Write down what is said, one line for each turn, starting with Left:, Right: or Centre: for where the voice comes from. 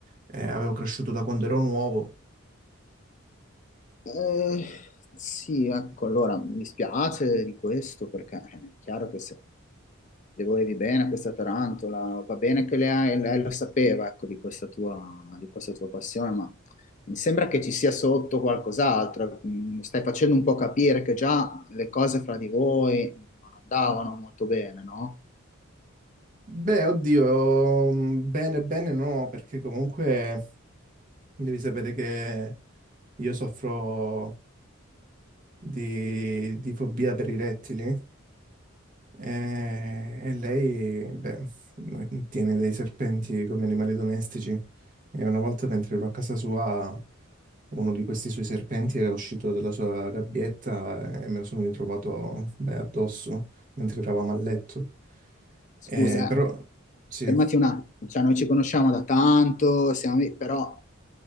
Right: eh, avevo cresciuto da quando ero nuovo.
Left: Eh, sì, ecco, allora mi dispiace di questo perché è chiaro che se le volevi bene a questa tarantola, va bene che lei, lei lo sapeva, ecco, di questa tua, di questa tua passione, ma mi sembra che ci sia sotto qualcos'altro. Mm, Stai facendo un po' capire che già le cose fra di voi non andavano molto bene, no?
Right: Beh, oddio, mm, bene, bene no, perché comunque devi sapere che io soffro di, di fobia per i rettili Eh, E, lei, beh, mm, tiene dei serpenti come animali domestici. E una volta mentre ero a casa sua, uno di questi suoi serpenti era uscito dalla sua gabbietta eh, e me lo sono ritrovato, beh, addosso mentre eravamo a letto.
Left: Scusa,
Right: Eh, però,
Left: eh,
Right: sì,
Left: fermati un attimo, cioè, noi ci conosciamo da tanto, siamo lì, però